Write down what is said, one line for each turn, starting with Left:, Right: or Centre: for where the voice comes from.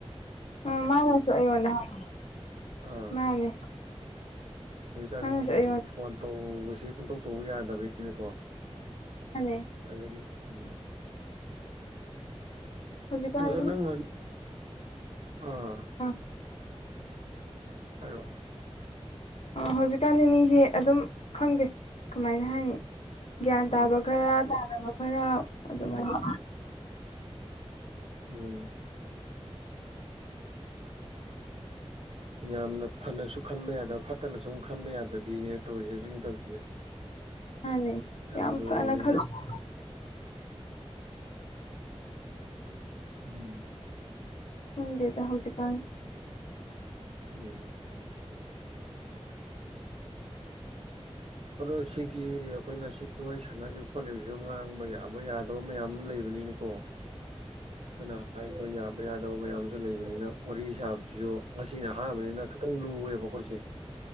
Left: ꯎꯝ ꯃꯅꯁꯨ ꯑꯩꯑꯣꯟꯗ ꯍꯥꯏ꯫
Right: ꯑ
Left: ꯃꯥꯅꯦ
Right: ꯍꯧꯖꯤꯀꯟ
Left: ꯃꯥꯅꯁꯨ
Right: ꯃꯤ
Left: ꯑꯩꯉꯣꯟꯗ
Right: ꯐꯣꯟ ꯇꯧꯕꯁꯦ ꯄꯨꯡꯇꯧ ꯇꯧꯕ ꯌꯥꯗꯕꯅꯤꯅꯀꯣ
Left: ꯃꯥꯅꯦ
Right: ꯑꯥꯗꯒꯤ ꯎꯝ꯫
Left: ꯍꯧꯖꯤꯛ ꯀꯥꯟ
Right: ꯑꯗꯣ ꯅꯪ ꯑꯥ
Left: <unintelligible>
Right: ꯍꯥꯏꯔꯛꯑꯣ
Left: ꯑ ꯍꯧꯖꯤꯛꯀꯥꯟꯗꯤ ꯃꯤꯁꯦ ꯑꯗꯨꯝ ꯈꯪꯗꯦ ꯀꯃꯥꯏꯅ ꯍꯥꯏꯅꯤ꯫ ꯒ꯭ꯌꯥꯟ
Right: ꯎꯝ
Left: ꯇꯥꯕ ꯈꯔ ꯇꯥꯗꯕ ꯈꯔ ꯑꯗꯨꯃꯥꯏꯅ
Right: ꯎꯝ꯫ ꯌꯥꯝꯅ ꯐꯅꯁꯨ ꯈꯟꯕ ꯌꯥꯗꯕ ꯐꯠꯇꯅ ꯁꯨꯝ ꯈꯟꯕ ꯌꯥꯗꯕꯤꯅꯦ ꯇꯧꯔꯤꯁꯦ ꯍꯧꯖꯤꯛ ꯃꯇꯝꯁꯤ
Left: ꯃꯥꯟꯅꯩ
Right: ꯌꯥꯝ ꯂꯨꯕꯅꯤꯅ
Left: ꯐꯅ ꯈꯟꯁꯨ
Right: ꯎꯝ
Left: ꯈꯪꯗꯦꯗ ꯍꯧꯖꯤꯛ ꯀꯥꯟꯁꯦ
Right: ꯎꯝ ꯑꯗꯣ ꯁꯤꯒꯤ ꯑꯩꯈꯣꯏꯅ ꯁꯤ ꯋꯥꯔꯤ ꯁꯥꯟꯅꯔꯤꯕ ꯈꯣꯠꯂꯤꯕꯁꯨ ꯉꯥꯡꯕ ꯌꯥꯕ ꯌꯥꯗꯕ ꯃꯌꯥꯝ ꯑꯃ ꯂꯩꯕꯅꯤꯅꯤꯀꯣ ꯑꯩꯈꯣꯏꯅ ꯍꯥꯏꯕ ꯌꯥꯕ ꯌꯥꯗꯕ ꯃꯌꯥꯝ ꯁꯤꯗ ꯂꯩꯕꯅꯤꯅ ꯋꯥꯔꯤ ꯁꯥꯕꯁꯤꯁꯨ ꯉꯁꯤꯅ ꯑꯍꯥꯟꯕꯅꯤꯅ ꯈꯤꯇꯪ ꯂꯨꯔꯦꯕ ꯑꯩꯈꯣꯏꯁꯦ